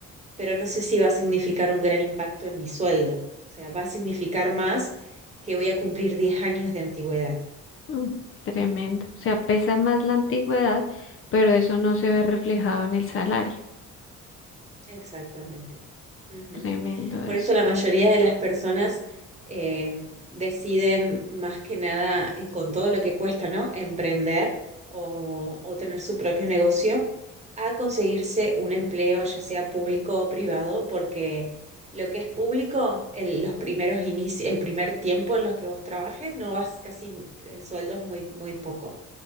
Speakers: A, on the right; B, on the left.
A: pero no sé si va a significar un gran impacto en mi sueldo. O sea, va a significar más que voy a cumplir 10 años de antigüedad.
B: Mm, Tremendo. O sea, pesa más la antigüedad, pero eso no se ve reflejado en el salario.
A: Exactamente. Ujú.
B: Tremendo eso.
A: Por eso la mayoría de las personas eh, deciden más que nada, y con todo lo que cuesta, ¿no? Emprender o, o tener su propio negocio, a conseguirse un empleo, ya sea público o privado, porque lo que es público, el, los primeros inicios, el primer tiempo en los que vos trabajes, no vas casi, el sueldo es muy, muy poco.